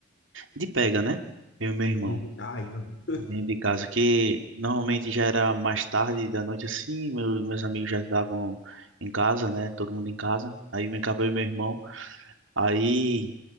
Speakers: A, on the right (about 70°); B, on the left (about 60°).
A: de pega, né? Eu e meu irmão,
B: Uhum. Ai, amo.
A: dentro de casa, que normalmente já era mais tarde da noite assim, meus, meus amigos já estavam em casa, né? Todo mundo em casa. Aí brincava eu e meu irmão. Aí,